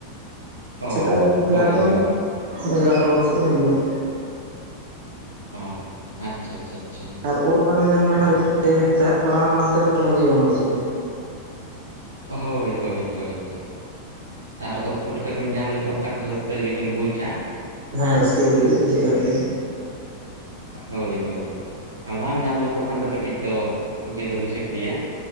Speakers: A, on the right; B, on the right.
A: ᱚ
B: ᱥᱮᱛᱟᱜ ᱨᱮᱵᱮᱱ ᱪᱟᱞᱟᱣ
A: ᱦᱳᱭ
B: ᱠᱚᱜ-ᱟ
A: ᱦᱳᱭ
B: ᱮᱜᱟᱨᱚᱴᱟ ᱵᱚᱨᱚᱴᱟ ᱥᱮᱫ ᱵᱤᱱ ᱦᱤᱡᱩᱜ-ᱟ
A: ᱚᱸ ᱟᱪᱪᱷᱟ ᱟᱪᱪᱷᱟ ᱟᱪᱪᱷᱟ
B: ᱟᱨ ᱩᱫ ᱵᱟᱝ ᱧᱟᱢ ᱞᱮᱠᱷᱟᱱ ᱜᱮ ᱪᱟᱦᱟᱵ ᱵᱟᱲᱟ ᱦᱚᱸ ᱦᱟᱱᱛᱮ ᱱᱚᱛᱮ ᱵᱷᱟᱹᱜᱤ ᱵᱟᱝ ᱵᱩᱡᱷᱟᱹᱜ-ᱟ
A: ᱦᱳᱭ ᱦᱳᱭ ᱦᱳᱭ ᱦᱳᱭ ᱟᱨ ᱩᱫ ᱯᱩᱴᱠᱟᱹ ᱵᱤᱱ ᱧᱟᱢ ᱞᱮᱠᱚ ᱠᱷᱟᱱ ᱨᱟᱹᱥᱠᱟᱹ ᱜᱮᱵᱤᱱ ᱵᱩᱡᱽᱼᱟ
B: ᱦᱮᱸ ᱨᱟᱹᱥᱠᱟᱹ ᱜᱮ ᱠᱟᱹᱴᱤᱡ ᱵᱩᱡᱷᱟᱹᱜ-ᱟ ᱟᱨᱠᱤ
A: ᱦᱳᱭ ᱦᱳᱭ ᱵᱟᱝ ᱧᱟᱢ ᱞᱮᱠᱚ ᱠᱷᱟᱱ ᱫᱚ ᱠᱟᱹᱴᱤᱡ ᱫᱚ ᱤᱭᱟᱹ ᱫᱚ ᱵᱩᱡᱷᱟᱹᱜ ᱜᱮᱭᱟ